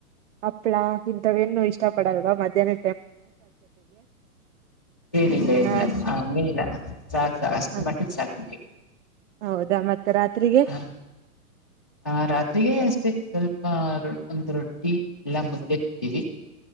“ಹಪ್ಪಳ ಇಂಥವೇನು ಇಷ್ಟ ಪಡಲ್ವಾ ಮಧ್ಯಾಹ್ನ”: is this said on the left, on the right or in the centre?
Right